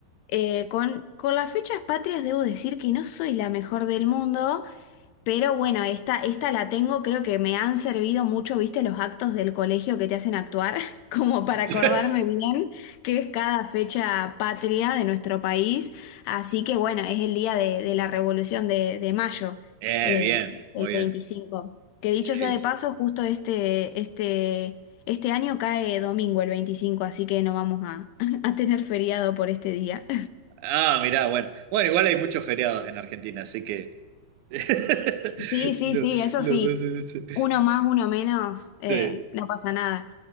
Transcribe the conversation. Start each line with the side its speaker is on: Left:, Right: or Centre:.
Left: Eh, con, con las fechas patrias debo decir que no soy la mejor del mundo, pero bueno, esta, esta la tengo, creo que me han servido mucho, viste, los actos del colegio que te hacen actuar, <laughs> como para
Right: <laughs>
Left: acordarme bien que es cada fecha patria de nuestro país. Así que bueno, es el día de, de la Revolución de, de Mayo,
Right: Eh,
Left: eh,
Right: bien, muy
Left: el
Right: bien.
Left: veinticinco Que dicho
Right: Sí,
Left: sea de
Right: sí.
Left: paso, justo este, este, este año cae domingo el veinticinco así que no vamos a, <laughs> a tener feriado por este día.
Right: Ah, mirá, bueno. Bueno, igual hay muchos feriados en Argentina, así que... <laughs>
Left: Sí, sí,
Right: Lo,
Left: sí, eso
Right: lo
Left: sí.
Right: vas a decir.
Left: Uno más, uno menos, eh,
Right: Sí,
Left: no pasa nada.